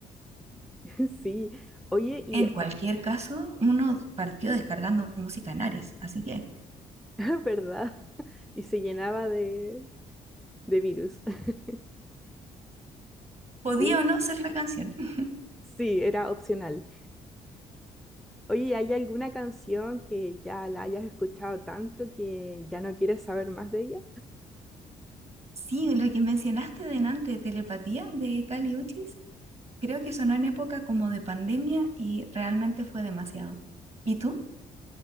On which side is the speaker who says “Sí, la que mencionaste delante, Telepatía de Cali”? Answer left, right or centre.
Right